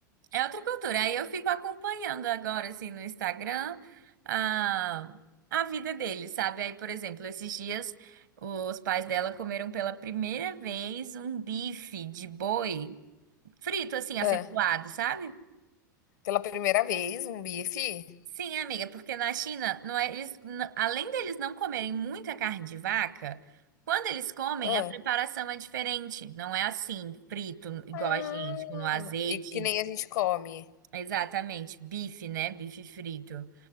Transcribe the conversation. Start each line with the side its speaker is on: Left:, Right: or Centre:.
Right: é outra cultura. Aí eu fico acompanhando agora, assim, no Instagram, a, a vida deles, sabe? Aí, por exemplo, esses dias os pais dela comeram pela primeira vez um bife de boi. frito, assim, acepulado,
Left: Ah.
Right: sabe?
Left: Pela primeira vez, um bife?
Right: Sim, amiga, porque na China, não é, eles, n- além deles não comerem muita carne de vaca, quando eles comem,
Left: Hã.
Right: a preparação é diferente. Não é assim, frito, igual
Left: Ah,
Right: a gente, no azeite.
Left: e que nem a gente come.
Right: Exatamente, bife, né? Bife frito.